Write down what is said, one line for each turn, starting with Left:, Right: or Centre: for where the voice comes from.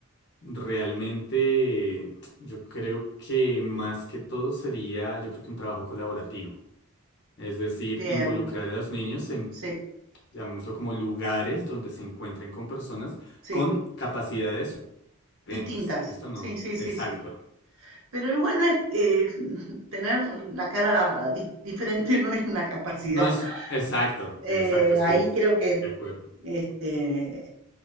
Left: Realmente, eh, yo creo que más que todo sería, yo creo que un trabajo colaborativo. Es decir,
Right: Bien,
Left: involucrar a los niños en
Right: sí,
Left: llamémoslo como lugares donde se encuentren con personas
Right: sí,
Left: con capacidades diferentes.
Right: distintas.
Left: ¿Listo? No,
Right: Sí, sí, sí,
Left: exacto.
Right: sí. Pero igual no es eh, <laughs> tener la cara di- diferente, <laughs> no es una capacidad.
Left: No es exacto,
Right: Eh,
Left: exacto, estoy
Right: ahí creo que
Left: de acuerdo.
Right: este,